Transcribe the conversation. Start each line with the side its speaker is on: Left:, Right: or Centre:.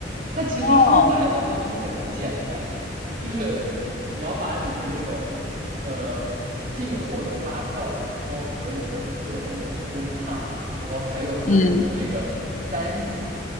Right: 它其实说白了，
Left: <laughs> 哦，
Right: 那东西很简单，就是你要把你的那个呃进货的发票，然后和你的合同，就是公踏，然后还有最后的那个单子，
Left: 嗯